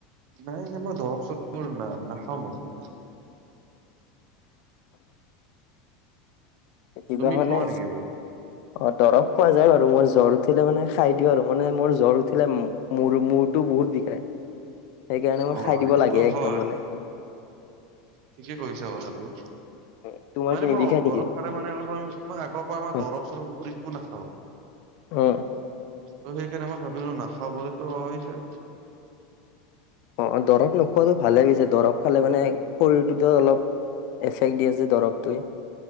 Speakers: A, on the right; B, on the left.
A: নাই মানে দৰৱ চৰৱ না নাখাওঁ মই এনেকে
B: এ কিবা
A: তুমি
B: মানে
A: খোৱা নেকি এইবোৰ?
B: অ দৰৱ খোৱা যায় বাৰু মই জ্বৰ উঠিলে মানে খাই দিওঁ আৰু মানে মোৰ জ্বৰ উঠিলে মূ মূৰটো বহুত বিষায় সেইকাৰণে মই
A: অ
B: খাই দিব
A: এইটোতো
B: লাগে
A: হয়
B: একদম মানে
A: ঠিকে কৰিছা কথাটো
B: উম তোমাৰ
A: মানে
B: কি নিবিষাই
A: মই দৰৱ
B: নেকি
A: খালে মানে অলমান মই আগৰ পৰা আমাৰ
B: অ
A: দৰৱ চৰৱ এইবোৰ একো নাখাওঁ
B: অ
A: ত' সেইকাৰণে মই ভাবিলো নাখাবলেতো সেইটৱে
B: অ দৰৱ নোখোৱাটো ভালে পিছে দৰব খালে মানে শৰীৰটোতো অলপ এফেক্ট দিয়ে যে দৰৱটোৱে